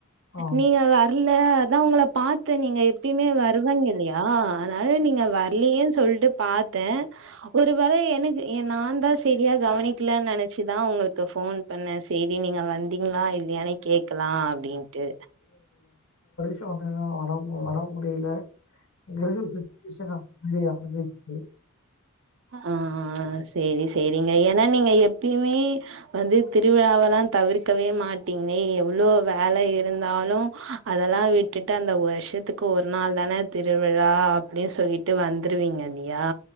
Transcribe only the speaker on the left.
ஆ.
சு வந்து வரவு வரவு முடில கிரகு வி விருச்சக இல்லையா <unintelligible>